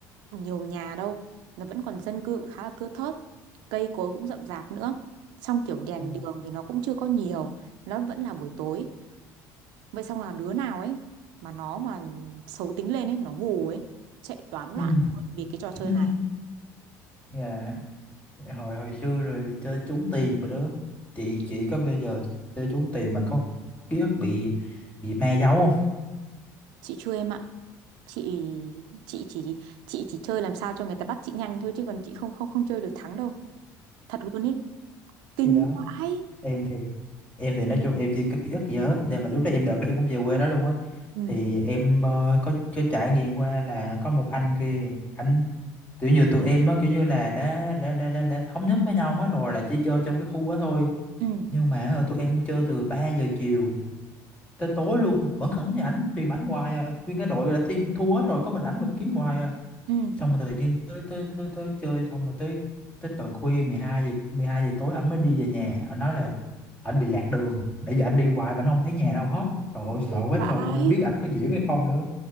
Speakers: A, on the right (about 80°); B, on the left (about 15°).
A: nhiều nhà đâu nó vẫn còn dân cư cũng khá là thưa thớt cây cối cũng rậm rạp nữa xong kiểu đèn
B: Dạ.
A: đường thì nó cũng chưa có nhiều nó vẫn là buổi tối vậy xong là đứa nào ấy mà nó mà xấu tính lên ấy nó hù ấy chạy toán
B: Ừ.
A: loạn luôn vì cái trò
B: <laughs>
A: chơi này
B: Dạ. hồi hồi xưa rồi chơi trúng tiền rồi đó chị chị có bây giờ chơi trúng tiền mình có ký ức bị bị ma giấu không
A: chị chưa em ạ chị chị chỉ chị chỉ chơi làm sao cho người ta bắt chị nhanh thôi chứ còn chị không không không chơi được thắng đâu thật luôn ấy kinh
B: thì đó
A: vãi
B: em thì em thì nói chung em chưa có ký ức gì hết nhưng mà lúc đó em đợt đó em cũng về quê đó luôn á
A: ừ
B: thì em ờ, có, có trải nghiệm qua là có một anh kia anh kiểu như tụi em á kiểu như là đã đã, đã, đã, đã thống nhất với nhau hết rồi là chỉ chơi trong cái khu đó thôi
A: ừ
B: nhưng mà ờ, tụi em chơi từ 3 giờ chiều tới tối luôn vẫn không thấy ảnh tìm ảnh hoài à. nguyên cái đội là team thua hết rồi có mình ảnh mà kiếm hoài à.
A: ừ
B: xong rồi tự nhiên tới tới tới, tới chơi xong rồi tới tới tận khuya mười hai giờ mười hai giờ tối ảnh mới đi về nhà ảnh nói là ảnh bị lạc đường nãy giờ ảnh đi hoài mà ảnh không thấy nhà đâu hết trời ơi
A: kinh
B: sợ quá
A: vãi
B: trời luôn ai biết ảnh có diễn hay không nữa